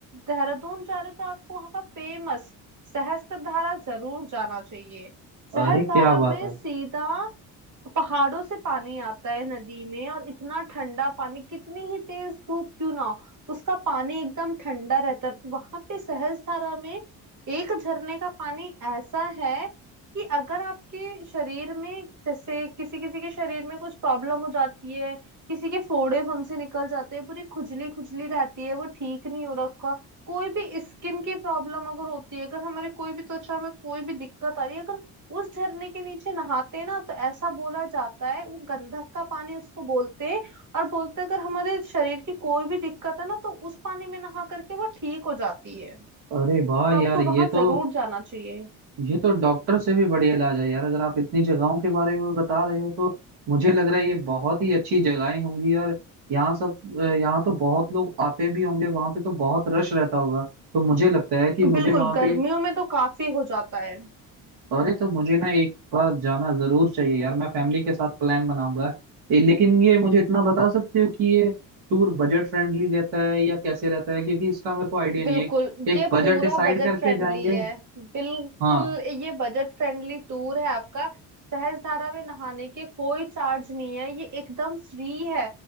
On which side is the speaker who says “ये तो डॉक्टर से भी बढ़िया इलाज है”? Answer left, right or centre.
Right